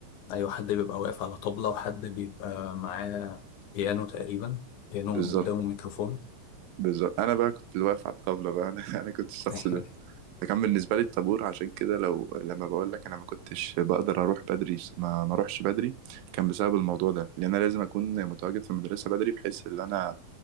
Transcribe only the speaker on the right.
بالظبط
بالظبط أنا بقى كنت اللي واقف على الطبلة بقى أنا <laughs> أنا كنت الشخص
ده ده كان بالنسبة لي الطابور عشان كده لو لما بقول لك انا ما كنتش بقدر اروح بدري ما ما اروحش بدري كان بسبب الموضوع ده لان انا لازم اكون متواجد في المدرسة بدري بحيث ان انا